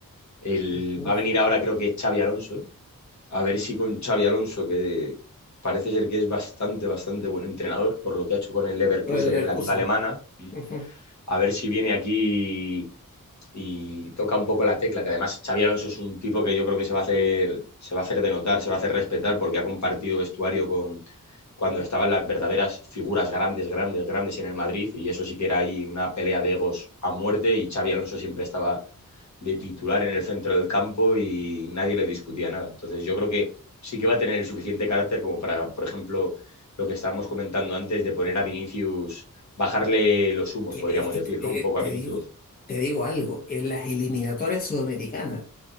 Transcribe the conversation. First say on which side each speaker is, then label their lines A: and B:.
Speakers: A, on the left; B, on the left.
A: El,
B: Ujú.
A: va a venir ahora creo que Xavi Alonso. A ver si con Xavi Alonso, que parece ser que es bastante, bastante buen entrenador por lo que ha hecho con el Leverkusen
B: Con el Leverkusen.
A: en la liga alemana,
B: Ujú.
A: a ver si viene aquí y toca un poco la tecla, que además Xavi Alonso es un tipo que yo creo que se va a hacer, se va a hacer denotar, se va a hacer respetar porque ha compartido vestuario con cuando estaban las verdaderas figuras grandes, grandes, grandes en el Madrid y eso sí que era ahí una pelea de egos a muerte y Xavi Alonso siempre estaba de titular en el centro del campo y nadie le discutía nada. Entonces yo creo que sí que va a tener el suficiente carácter como para, por ejemplo, lo que estábamos comentando antes de poner a Vinicius, bajarle los humos,
B: Que,
A: podríamos
B: es que
A: decir,
B: te,
A: ¿no? Un
B: eh,
A: poco
B: te
A: a Vinicius.
B: digo, te digo algo, en las eliminatorias sudamericanas.